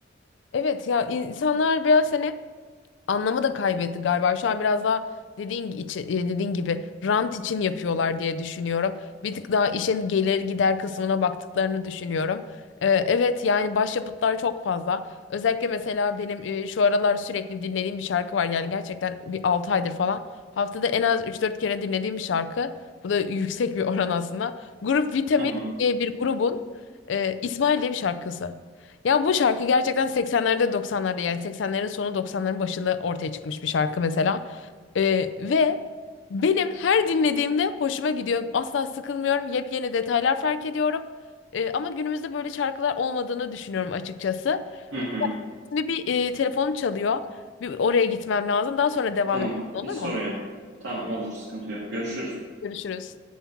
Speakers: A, on the left; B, on the right.
A: Evet ya insanlar biraz seni anlamı da kaybetti galiba. Şu an biraz daha dediğin içi, e, dediğin gibi rant için yapıyorlar diye düşünüyorum. Bir tık daha işin gelir gider kısmına baktıklarını düşünüyorum. Ee, evet yani başyapıtlar çok fazla. Özellikle mesela benim e, şu aralar sürekli dinlediğim bir şarkı var. Yani gerçekten bir 6 aydır falan. Haftada en az üç dört kere dinlediğim bir şarkı. Bu da yüksek bir oran aslında. Grup Vitamin
B: Hı hı.
A: diye bir grubun e, İsmail diye bir şarkısı. Ya bu şarkı gerçekten 80'lerde 90'larda yani 80'lerin sonu 90'ların başında ortaya çıkmış bir şarkı mesela. Ee, ve benim her dinlediğimde hoşuma gidiyor. Asla sıkılmıyorum. Yepyeni detaylar fark ediyorum. Ee, ama günümüzde böyle şarkılar olmadığını düşünüyorum açıkçası.
B: Hı hı.
A: Şimdi bir e, telefonum çalıyor. Bir oraya gitmem lazım. Daha sonra devam
B: Tamam.
A: edelim olur
B: Hiç
A: mu?
B: sorun yok. Tamam olur. Sıkıntı yok. Görüşürüz.
A: Görüşürüz.